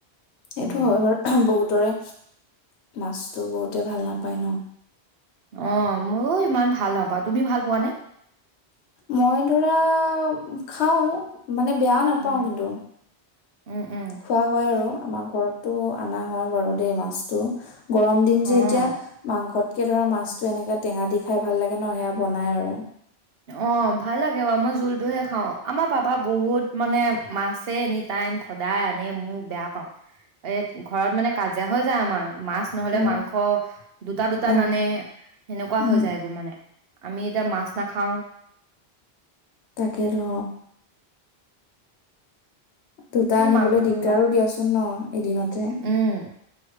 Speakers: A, on the left; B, on the right.
A: সেইটো
B: উম,
A: হয় বাৰু বহুতৰে। মাছটো বহুতে ভাল নাপায় ন।
B: অ' ময়ো ইমান ভাল নাপাওঁ। তুমি ভাল পোৱানে?
A: মই ধৰা খাও। মানে বেয়াও নাপাওঁ
B: উম,
A: কিন্তু
B: উম, উম,
A: খোৱা হয় আৰু। আমাৰ ঘৰতটো অনা হয় বাৰু দেই মাছটো। গৰম দিন
B: অ',
A: যে এতিয়া, মাংসত তকে ধৰা মাছটো এনেকে টেঙা দি খাই ভাল লাগে ন সেয়া বনাই আৰু।
B: অ' ভাল লাগে বাৰু মই জোলটোহে খাও, আমাৰ পাপা বহুত মানে মাছে এনি টাইম সদায় আনে, মোৰ বেয়া পাও। এই ঘৰত মানে কাজিয়া হৈ যায় আমাৰ মাছ নহলে
A: অ
B: মাংস দুটা দুটা
A: অ
B: নানে সেনেকুৱা
A: উম
B: হৈ যায় মানে। আমি এতিয়া মাছ আহ।
A: তাকে আৰু দুটা
B: কিন্তু
A: আনিবলৈ
B: মাংসটো
A: দিগদাৰো
B: লাগে,
A: দিয়াচোন ন এদিনতে।
B: উম।